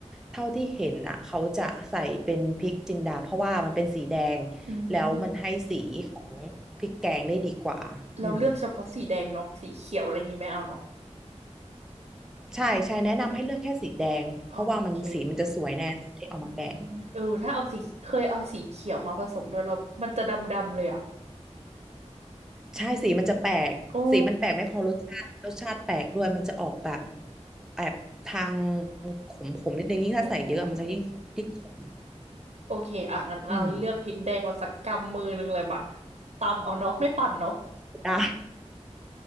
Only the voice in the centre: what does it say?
เท่าที่เห็นอ่ะเขาจะใส่เป็นพริกจินดาเพราะว่ามันเป็นสีแดง
แล้วมันให้สีของพริกแกงได้ดีกว่าอืม
ใช่ใช่แนะนำให้เลือกแค่สีแดงเพราะว่ามันสีมันจะสวยแน่ตอนที่เอามาแกง
ใช่สีมันจะแปลกสีมันแปลกไม่พอรสชาติรสชาติแปลกด้วยมันจะออกแบบ
แอบทางขมขมนิดนึงยิ่งถ้าใส่เยอะมันจะยิ่งขมยิ่งขม
อืม
ได้